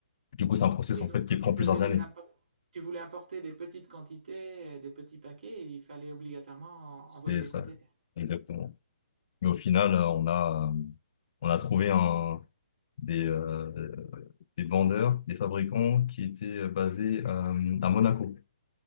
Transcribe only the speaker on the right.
Ah Oui,
donc
toi
tu faisais
les
impor- tu voulais importer des petites quantités, euh, des petits paquets, et il fallait obligatoirement
en- envoyer des
containers.